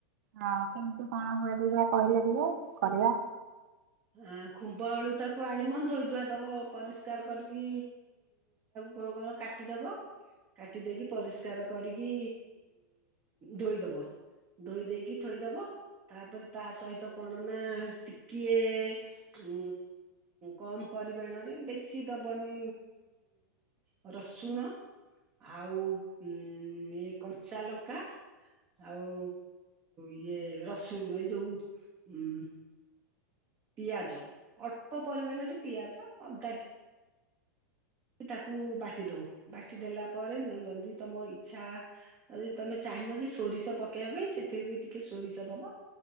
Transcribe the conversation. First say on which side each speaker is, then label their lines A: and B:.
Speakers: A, on the right; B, on the right.
A: ହଁ କେମନ୍ତ କଣ ହୁଏ। ଯା କହିଲେ ଟିକେ କରିବା।
B: ଆ ଖୁମ୍ବ ଆଳୁ ତାକୁ ଆଣିବ ଧୋଇ ଧୁଆ ଦବ ପରିଷ୍କାର କରିକି କଣ କଣ କାଟିଦବ। କାଟି ଦେଇେଇକି ପରିଷ୍କାର କରିକି ଧୋଇଦବ। ଧୋଇ ଦେଇକି ଥୋଇଦବ ତାପରେ ତା ସହିତ କଣ ନା ଟିକି ଟେ ଉ କମ ପରିମାଣରେ ବେଶି ଦବନି ଉ ରସୁଣ ଆଉ ଉଇ ଏ କଞ୍ଚାଲଙ୍କା ଆଉ ଇଏ ରସୁମ ଏଇ ଯୋଉ ଉଁ ପିଆଜ ଅଳ୍ପ ପରିମାଣରେ ପିଆଜ ଅଦା ଟି ତାକୁ ବାଟି ଦବ ବାଟି ଦେଲା ପରେ ଯଦି ତମ ଇଛା ଯଦି ତମେ ଚାହିଁ ଚାହିଁବ ଯେ ସୋରିଷ ପକେଇବା ପାଇଁ ସେଥିରେ ବି ଟିକେ ସୋରିଷ ଦବ